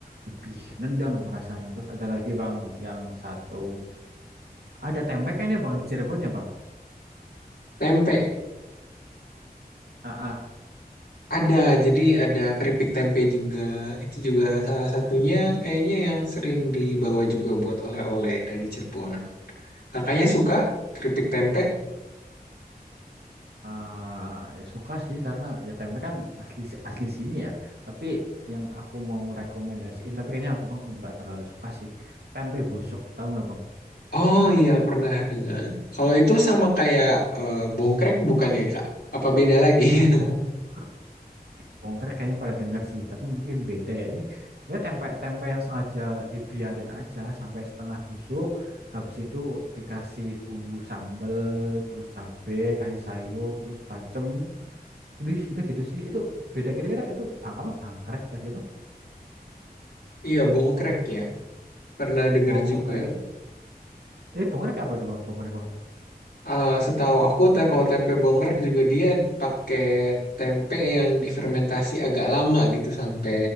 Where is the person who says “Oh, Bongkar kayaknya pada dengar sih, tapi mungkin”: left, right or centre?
Right